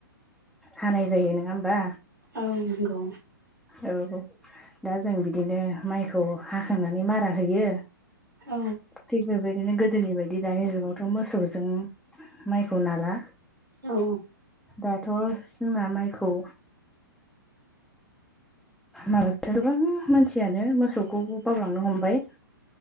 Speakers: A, in the centre; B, on the right.
A: हानाय जायो नङा होमबा?
B: औ नंगौ
A: औ दा जों बिदिनो माइखौ हाखांनानै मारा होयो
B: औ
A: थिगबेबायदिनो गोदोनि बायदि दानि जुगावथ' मोसौजों माइखौ नाला।
B: औ।
A: दाथ' जोंना माइखौ माबा गोबां मानसियानो मोसौखौ बावलांनो हमबाय।